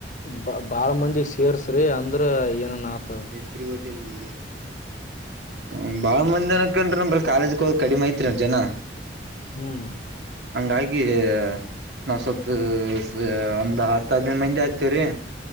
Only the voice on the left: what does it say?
ಬ ಬಾಳ್ ಮಂದಿಗ್ ಸೇರ್ಸ್ರಿ ಅಂದ್ರ ಏನನ್. ಆತವ
ಹ್ಮ್.